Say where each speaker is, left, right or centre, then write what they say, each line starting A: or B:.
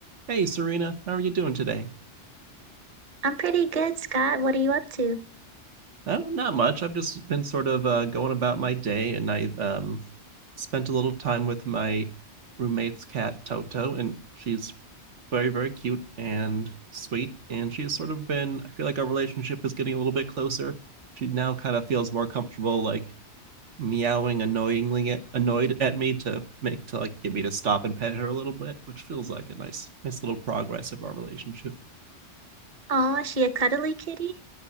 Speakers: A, on the right; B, on the right.
A: Hey, Serena, how are you doing today?
B: I'm pretty good, Scott. What are you up to?
A: Oh, not much. I've just been sort of uh, going about my day, and I um, spent a little time with my roommate's cat, Toto, and she's very, very cute and sweet. And she's sort of been, I feel like our relationship is getting a little bit closer. She now kind of feels more comfortable, like meowing annoyingly at, annoyed at me to make to like get me to stop and pet her a little bit, which feels like a nice, nice little progress of our relationship.
B: Oh, is she a cuddly kitty?